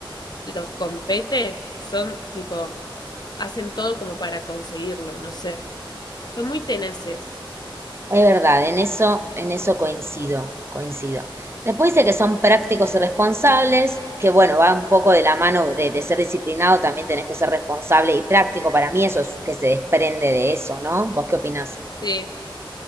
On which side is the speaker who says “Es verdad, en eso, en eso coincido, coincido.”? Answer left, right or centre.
Right